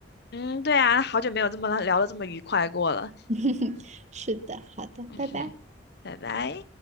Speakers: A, on the left; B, on the right.
A: 嗯，对啊，好久没有这么聊的这么愉快过了。
B: <laughs> 是的，好的，
A: 嗯哼，
B: 拜拜。
A: 拜拜。